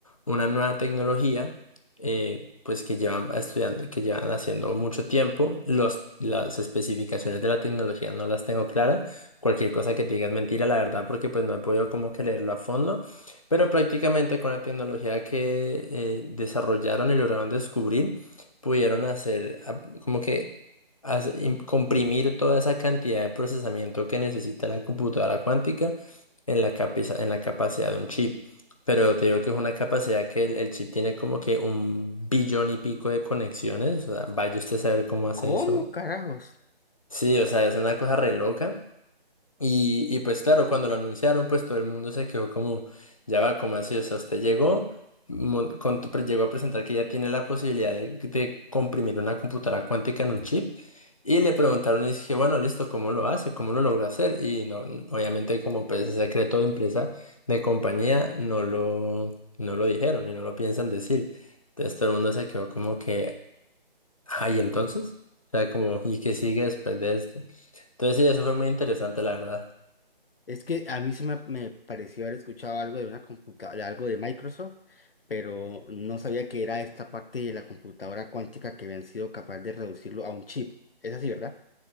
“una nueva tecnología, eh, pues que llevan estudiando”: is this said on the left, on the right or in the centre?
Left